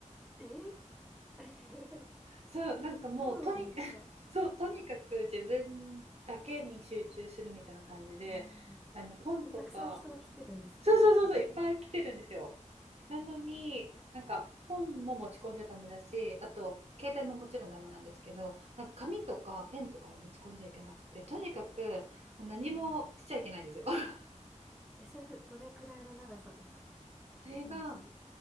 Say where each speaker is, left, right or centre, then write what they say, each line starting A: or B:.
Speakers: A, in the centre; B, on the right (about 55°).
A: えー <laughs>
B: そう、なんかもうとにかく
A: そうなんですか
B: <laughs> そう、とにかく自分だけに集中するみたいな感じで、
A: うん。で
B: あの本とか、
A: もたくさん人は来てるんですよね、
B: そうそうそうそう、
A: 他の。
B: いっぱい来てるんですよ。なのに、なんか本も持ち込んじゃダメだし、あと携帯ももちろんダメなんですけど、なんか紙とかペンとかも持ち込んじゃいけなくて、
A: うん
B: とにかくもう何もしちゃいけないんですよ。
A: おー
B: <laughs>
A: え、それってどれくらいの長さですか
B: それが、
A: 一日。